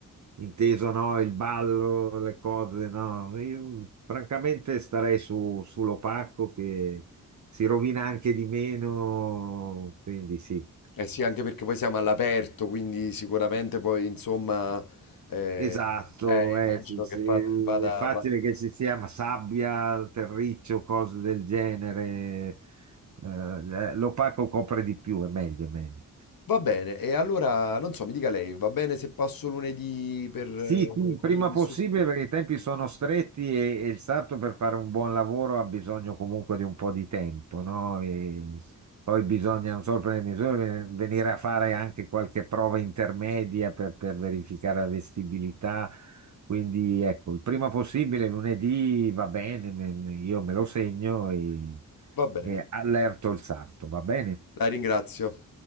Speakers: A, on the right; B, on the left.
A: inteso no, il ballo, le cose, no. Io francamente starei su, sull'opaco che si rovina anche di meno, quindi sì.
B: Eh sì, anche perché poi siamo all'aperto, quindi sicuramente poi insomma eh,
A: Esatto,
B: eh, immagino
A: eh, sì, sì,
B: che fa- vada,
A: è facile
B: va,
A: che ci sia sabbia, terriccio, cose del genere. Eh, l'opaco copre di più, è meglio, è meglio.
B: va bene. E allora non so, mi dica lei, va bene se passo lunedì per, eh,
A: Sì, sì, il prima
B: per le misure?
A: possibile perché i tempi sono stretti e, e il sarto per fare un buon lavoro ha bisogno comunque di un po' di tempo, no? E poi bisogna, non solo prendere misure, venire a fare anche qualche prova intermedia per, per verificare la vestibilità. Quindi ecco, il prima possibile lunedì va bene, me- me- io me lo segno e
B: Va bene,
A: e allerto il sarto, va bene?
B: la ringrazio.